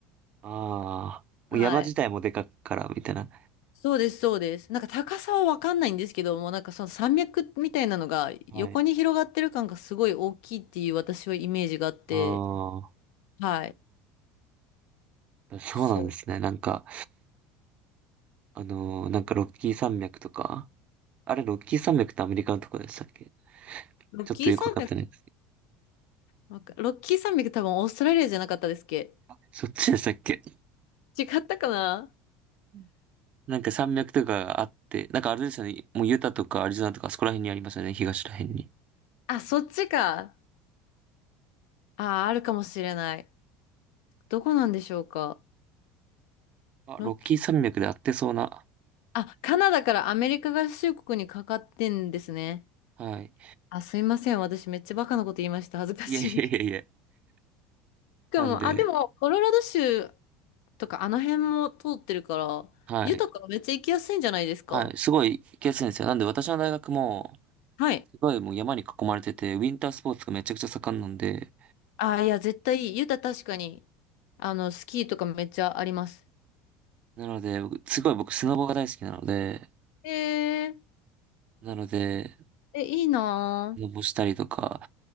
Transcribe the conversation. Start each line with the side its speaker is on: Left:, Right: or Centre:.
Right: ああ、
Left: はい。
Right: もう山自体もでかっから、みたいな。
Left: そうです、そうです。なんか高さはわかんないんですけど、もうなんかその山脈みたいなのが横に広がってる感がすごい大きいっていう私はイメージがあって、
Right: はい。あ
Left: はい。
Right: あ、そうなんですね。
Left: そ
Right: なんか、あのーなんかロッキー山脈とか。あれ、ロッキー山脈ってアメリカのとこでしたっけ
Left: う。ロッキー山脈、
Right: ちょっとよくわかってないですけど。
Left: わかロッキー山脈多分オーストラリアじゃなかったですっけ
Right: あそっちでしたっけ
Left: 違ったかな
Right: <laughs> なんか山脈とかがあって、なんかあれですよね。もうユタとかアリゾナとかあそこら辺にありますよね。東ら辺に。
Left: あ、そっちか。あー、あるかもしれない。どこなんでしょうか。
Right: あ、
Left: ロッキー。
Right: ロッキー山脈であってそうな。
Left: あ、カナダからアメリカ合衆国にかかってんですね。
Right: はい。
Left: あ、すいません。私めっちゃバカなこと言いました。恥ずかしい。
Right: いやいやいやいや。
Left: <laughs> しかも、
Right: なんで、
Left: あ、でも、コロラド州とかあの辺も通ってるから、
Right: はい。
Left: ユタからめっちゃ行きやすいんじゃないですか。
Right: はい、すごい行きやすいんですよ。なんで私の大学も、
Left: はい。
Right: すごいもう山に囲まれてて、ウィンタースポーツがめちゃくちゃ盛んなんで、
Left: あ、いや、絶対いい。ユタ確かに、あの、スキーとかめっちゃあります。
Right: なので、僕すごい僕スノボが大好きなので、
Left: えー、
Right: なので、
Left: え、いいなぁ。
Right: スノボしたりとか